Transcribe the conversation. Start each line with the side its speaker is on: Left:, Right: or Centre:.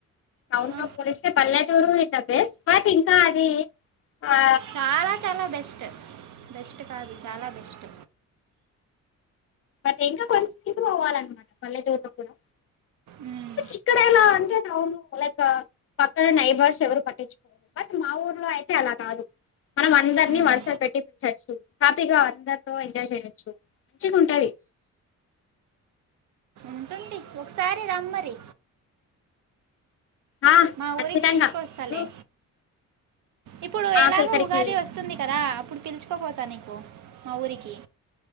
Left: టౌన్
Right: ఆ,
Left: తో పోలిస్తే పల్లెటూరు ఇస్ ద బెస్ట్ బట్ ఇంకా అది ఆ
Right: చాలా చాలా బెస్ట్ బెస్ట్ కాదు చాలా బెస్ట్
Left: బట్ ఇంకా కొంచం ఇంప్రూవ్ ఆవాలన్నమాట పల్లెటూర్లో కూడా
Right: ఉమ్,
Left: ఇక్కడెల అంటే ఆను లైక్ పక్కన నైబర్స్ ఎవరు పట్టించుకో బట్ మా ఊర్లో అయితే అలా కాదు మనం అందరినీ
Right: ఉమ్,
Left: వరుస పెట్టి చచ్చిచొ హ్యాపీగా అందరితో ఎంజాయ్ చేయొచ్చు మంచిగు ఉంటుంది
Right: ఉంటుంది ఒకసారి రమ్మరి
Left: ఆ
Right: మా
Left: ఖచ్చితంగా
Right: ఊరికి పిలుచుకు వస్తాలే
Left: నువ్వు
Right: ఇప్పుడు
Left: మాకు
Right: ఎలాగో
Left: ఇక్కడికి
Right: ఉగాది వస్తుంది కదా అప్పుడు పిలుచుకోపోతానే పో మా ఊరికి